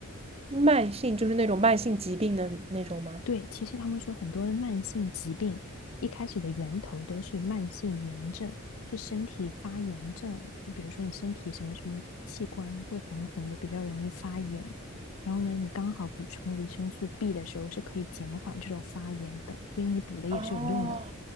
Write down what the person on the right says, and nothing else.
慢性就是那种慢性疾病的那种吗？
哦，